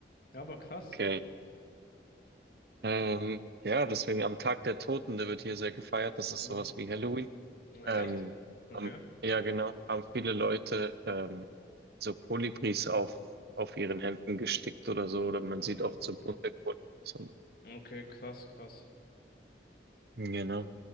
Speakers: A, on the left; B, on the right.
A: Ja, aber krass.
B: Okay. Ähm, ja, deswegen am Tag der Toten, der wird hier sehr gefeiert. Das ist
A: Mhm.
B: sowas wie Halloween.
A: Echt?
B: Ähm,
A: Okay.
B: haben, ja, genau, haben viele Leute ähm, so Kolibris auf, auf ihren Hemden gestickt oder so, oder man
A: Ah.
B: sieht oft so bunte Kolibris. und so.
A: Okay, krass, krass.
B: Genau.